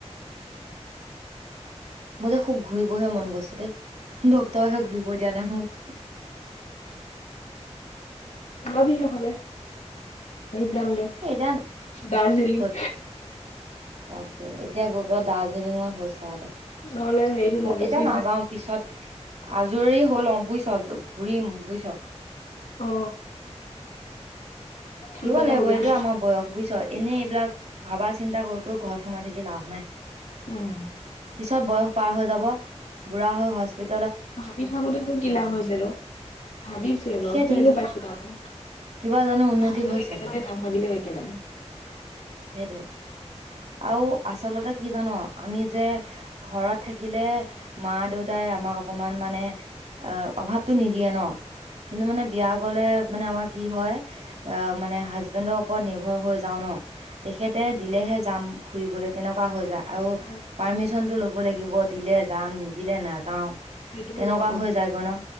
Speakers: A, on the right; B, on the left.
A: মোৰো খুব ঘূৰি বহে মন গৈছে দেই ডক্টৰে হে ঘূৰিব দিয়া নাই মোক
B: ওলাবি নহলে সেই যাম দে ৰ্দাজিৰ্লিং
A: সেই এতিয়া ক'ত তাকে এতিয়া গৈ পেলাই ৰ্দাজিলিং হে হৈছে গে
B: নহ'লে হেৰিটো লাগিছে
A: এতিয়া নাযাও পিছত আজৰি হৈ ল'ও বুজিছ ঘূৰিম বুজিছ
B: অ ট্ৰিপ
A: ঘূৰিব
B: এটা
A: লাগিব
B: উলিয়াবি
A: এইটো আমাৰ বয়স বুজিছ এনেই এইবিলাক ভাবা চিন্তা কৰি কৰি ঘৰত সোমাই থাকি লাভ নাই
B: উম
A: পিছত বয়স পাৰ হৈ যাব বুঢ়া হৈ হস্পি
B: ভাবি থাকোতে নো কি লাভ হৈছে তোৰ ভাবিছো বাৰু
A: সেইটোৱেটো
B: কিনো পাইছো বাৰু
A: কিবা জানো উন্নতি
B: ভাবিলেও
A: হৈছে
B: একেডালে
A: জানো
B: নেভাবিলেও একেডালে
A: সেইটোৱে আৰু আচলতে কি জান আমি যে ঘৰত থাকিলে মা দেউতাই আ তোমাক অকমান মানে অ অভাৱটো নিদিয়ে ন কিন্তু মানে বিয়া গলে মানে আমাৰ কি হয় মানে হাজবেণ্ডৰ ওপৰত নিৰ্ভৰ হৈ যাওঁ ন তেখেতে দিলেহে যাম ফুৰিবলে তেনেকুৱা হৈ যায় আৰু
B: অ
A: পাৰ্মিশন টো ল'ব লাগিব দিলে যাম নিদিলে নাযাও
B: সেইটো
A: তেনেকুৱা
B: এটা প্ৰব্লেম
A: হৈ যায়গৈ ন